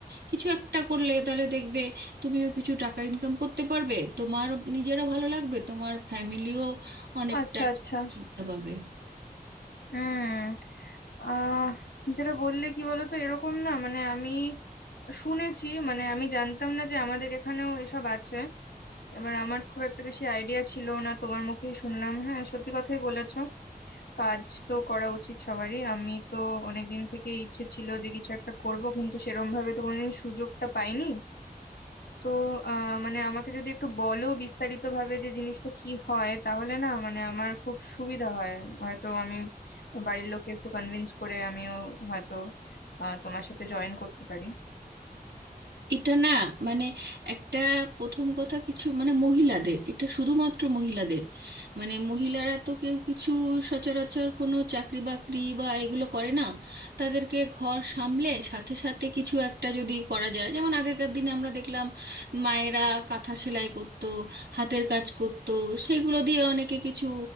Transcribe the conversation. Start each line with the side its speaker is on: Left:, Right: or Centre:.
Right: কিছু একটা করলে তাহলে দেখবে তুমিও কিছু টাকা ইনকাম করতে পারবে তোমার নিজেরও ভালো লাগবে তোমার ফ্যামিলিও অনেকটা
Left: আচ্ছা আচ্ছা
Right: সুবিধা পাবে
Left: হুম আহ যেটা বললে কি বলতো এরকম না মানে আমি শুনেছি মানে আমি জানতাম না যে আমাদের এখানেও এসব আছে এবার আমার খুব একটা বেশি আইডিয়া ছিল না তোমার মুখেই শুনলাম হ্যাঁ সত্যি কথাই বলেছো কাজ তো করা উচিত সবারই আমি তো অনেকদিন থেকে ইচ্ছে ছিল যে কিছু একটা করব কিন্তু সেরম ভাবে তো কোনোদিন সুযোগটা পাইনি তো আহ মানে আমাকে যদি একটু বলো বিস্তারিত ভাবে যে জিনিসটা কি হয় তাহলে না মানে আমার খুব সুবিধা হয় হয়তো আমি বাড়ির লোককে একটু কনভিন্স করে আমিও হয়তো আহ, তোমার সাথে জয়েন করতে পারি
Right: এটা না মানে একটা প্রথম কথা কিছু মানে মহিলাদের এটা শুধুমাত্র মহিলাদের মানে মহিলারা তো কেউ কিছু সচরাচর কোনো চাকরি বাকরি বা এগুলো করে না তাদেরকে ঘর সামলে সাথে সাথে কিছু একটা যদি করা যায় যেমন আগেকার দিনে আমরা দেখলাম মায়েরা কাঁথা সেলাই করতো হাতের কাজ করতো সেগুলো দিয়ে অনেকে কিছু